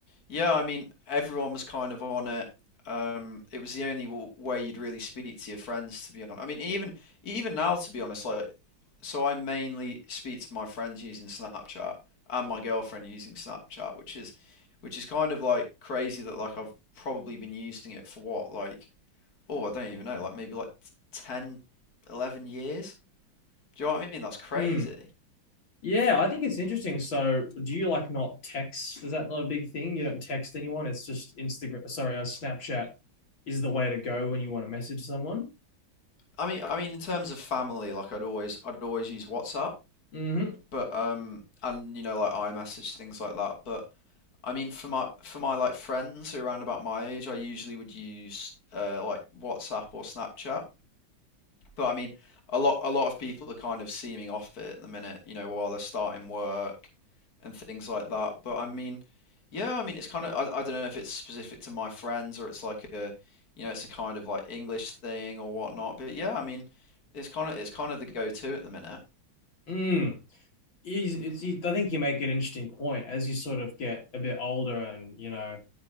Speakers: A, on the left; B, on the left.
A: yeah, I mean, everyone was kind of on it. Um, it was the only w way you'd really speak to your friends, to be honest. I mean, even even now, to be honest, like. so I mainly speak to my friends using Snapchat and my girlfriend using Snapchat, which is which is kind of like crazy that like I've probably been using it for what like oh I don't even know like maybe like 10, 11 years. Do you know what I mean? That's crazy.
B: Hmm. Yeah, I think it's interesting. So, do you like not text? Is that not a big thing? You don't text anyone. It's just Instagram. Sorry, uh, Snapchat is the way to go when you want to message someone.
A: I mean I mean in terms of family like I'd always I'd always use WhatsApp,
B: hmm
A: but um and you know like iMessage things like that, but I mean, for my for my like friends who are around about my age, I usually would use uh, like WhatsApp or Snapchat. But I mean, a lot a lot of people are kind of seeming off it at the minute, you know, while they're starting work and things like that. But I mean, yeah, I mean, it's kind of I, I don't know if it's specific to my friends or it's like a, you know, it's a kind of like English thing or whatnot. But yeah, I mean, it's kind of it's kind of the go-to at the minute.
B: Mm. Is- It's, you- I think you make an interesting point as you sort of get a bit older and you know